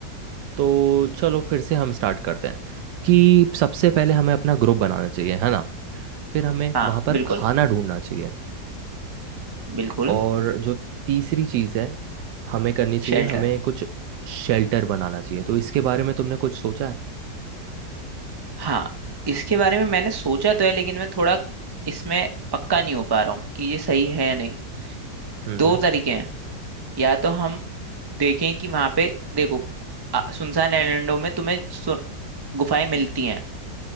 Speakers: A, on the right; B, on the right.
A: तो चलो फिर से हम स्टार्ट करते हैं कि सबसे पहले हमें अपना ग्रुप बनाना चाहिए है ना फिर हमें
B: हाँ
A: वहाँ पर
B: बिल्कुल
A: खाना ढूंढना चाहिए
B: बिल्कुल
A: और जो तीसरी चीज़ है हमें करनी चाहिए
B: शेल्टर
A: हमें कुछ शेल्टर बनाना चाहिए तो इसके बारे में तुमने कुछ सोचा है
B: हाँ इसके बारे में मैंने सोचा तो है लेकिन मैं थोड़ा इसमें पक्का नहीं हो पा रहा हूँ कि ये सही है या नहीं
A: हम्म
B: दो
A: हम्म
B: तरीके हैं या तो हम देखें कि वहां पे देखो आ, सुनसान आइलैंडों में तुम्हें सु- गुफाएं मिलती हैं